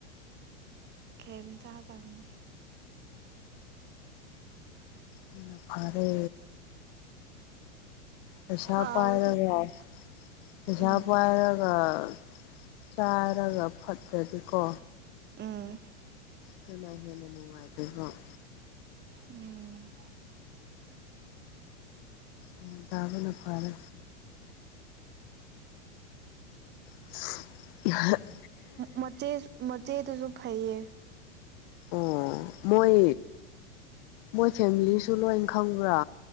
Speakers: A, on the right; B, on the left.
A: ꯀꯩꯝ ꯆꯗꯔꯕꯅꯦ
B: ꯑꯗꯨꯅ ꯐꯔꯦ ꯄꯩꯁꯥ
A: ꯐꯥꯎꯗꯤ
B: ꯄꯥꯏꯔꯒ
A: ꯐꯩꯗ
B: ꯄꯩꯁꯥ
A: ꯎꯝ
B: ꯄꯥꯏꯔꯒ ꯆꯥꯔꯒ ꯐꯠꯇꯔꯗꯤꯀꯣ
A: ꯎꯝ
B: ꯁꯨꯃꯥꯏ ꯍꯟꯅ ꯅꯨꯡꯉꯥꯏ ꯇꯔꯕꯣ
A: ꯎꯝ
B: ꯅꯣꯡ ꯇꯥꯕꯅ ꯐꯥꯔ <unintelligible>
A: ꯃꯆꯦ ꯃꯆꯦꯗꯨꯁꯨ ꯐꯩꯌꯦ
B: ꯑꯣ ꯃꯣꯏ ꯃꯣꯏ ꯐꯦꯃꯤꯂꯤꯁꯨ ꯂꯣꯏ ꯈꯪꯕ꯭ꯔꯥ